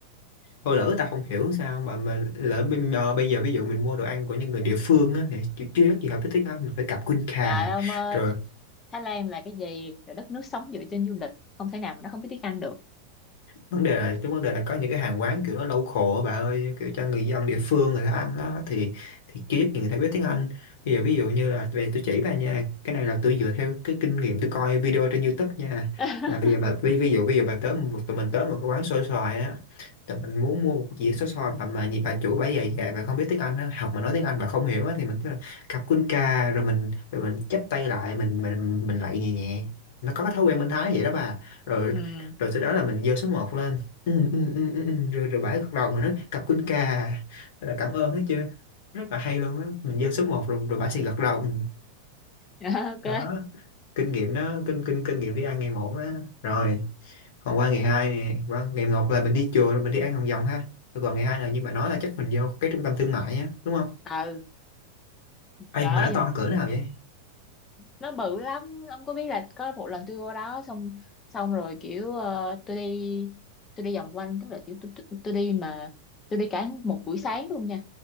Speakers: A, on the left (about 50°); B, on the left (about 25°).
A: thôi lỡ người ta không hiểu sao mà mà lỡ bên- ờ, bây giờ ví dụ mình mua đồ ăn của những người địa phương á thì chưa chắc gì hợp với tiếng Anh mình phải cặp khuôn khà
B: trời ông ơi
A: rồi
B: Thái Lan là cái gì là đất nước sống dựa trên du lịch không thể nào mà nó không biết tiếng Anh được
A: vấn đề là cái vấn đề là có những cái hàng quán kiểu nó local á bà ơi kiểu cho người dân địa phương người ta ăn á thì thì chưa chắc gì người ta biết tiếng Anh bây giờ ví dụ như là về tôi chỉ bà nha cái này là tôi dựa theo cái kinh nghiệm tôi coi video trên YouTube nha
B: <laughs>
A: là bây giờ bà ví, ví dụ bây giờ bà tới một tụi mình tới một cái quán xôi xoài á tụi mình muốn mua một dĩa xôi xoài mà mà nhìn bà chủ bà già già bà không biết tiếng Anh á học mà nói tiếng Anh bà không hiểu á thì mình cứ là cặp quân ca rồi mình rồi mình chắp tay lại mình mình mình lại nhẹ nhẹ nó có cái thói quen bên Thái vậy đó bà rồi
B: ừ
A: rồi sau đó là mình giơ số một lên ừ, ừ, ừ, ừ, ừ. rồi rồi bả gật đầu mình nói cặp quân cà là cảm ơn hết chưa rất là hay luôn á mình giơ số một rồi rồi bả sẽ gật đầu ừ.
B: <laughs> ok
A: đó kinh nghiệm đó kinh kinh kinh nghiệm đi ăn ngày một đó rồi còn qua ngày hai nè qua ngày một là mình đi chùa rồi mình đi ăn Hồng Vòng ha rồi còn ngày hai là như bà nói là chắc mình vô cái trung tâm thương mại á đúng không
B: ừ
A: ai
B: trời
A: mà nó
B: ơi
A: to cỡ nào vậy
B: nó bự lắm ông có biết là có một lần tôi qua đó xong xong rồi kiểu ờ, tôi đi tôi đi vòng quanh tức là kiểu tôi, tôi, tôi đi mà tôi đi cả một buổi sáng luôn nha